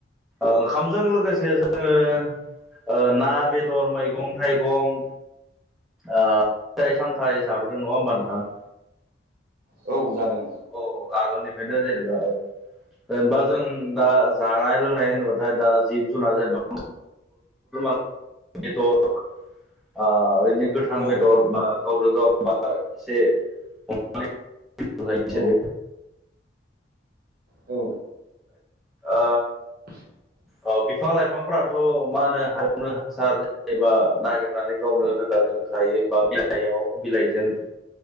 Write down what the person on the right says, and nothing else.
औ जादों
औ
औ औ
<inaudible>